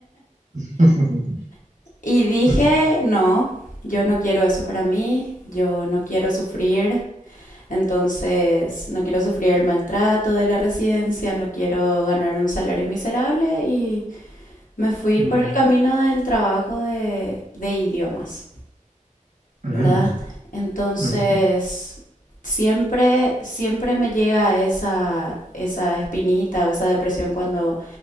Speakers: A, on the right; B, on the left.
A: <laughs>
B: <laughs> y dije,
A: Ujú.
B: no, yo no quiero eso para mí, yo no quiero sufrir, entonces no quiero sufrir el maltrato de la residencia, no quiero ganar un salario miserable y Me fui
A: Mm.
B: por el camino del trabajo de, de idiomas,
A: Mm.
B: ¿verdad? Entonces,
A: Ujú.
B: siempre, siempre me llega esa, esa espinita o esa depresión cuando,